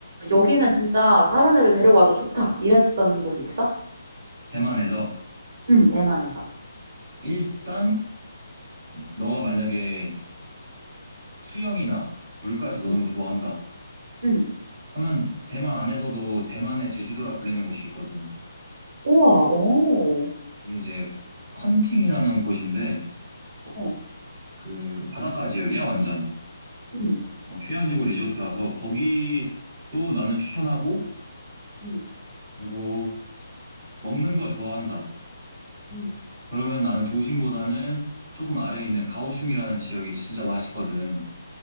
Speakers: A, on the right; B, on the right.
A: 여기는 진짜 다른 애들 데려와도 좋다. 이랬던 곳이 있어?
B: 대만에서
A: 응, 대만에서.
B: 일단 너가 만약에 그 수영이나 물가에서 노는
A: 응,
B: 걸 좋아한다
A: 응.
B: 하면 대만 안에서도 대만의 제주도라 불리는 곳이 있거든.
A: 우와, 오.
B: 이게 이제 컨팅이라는 곳인데
A: 어.
B: 그 바닷가 지역이야 완전
A: 음,
B: 어, 휴양지고 리조트라서 거기도 나는 추천하고
A: 음,
B: 그리고 먹는 거 좋아한다.
A: 음.
B: 그러면 나는 도심보다는 조금 아래에 있는 가오슝이라는 지역이 진짜 맛있거든.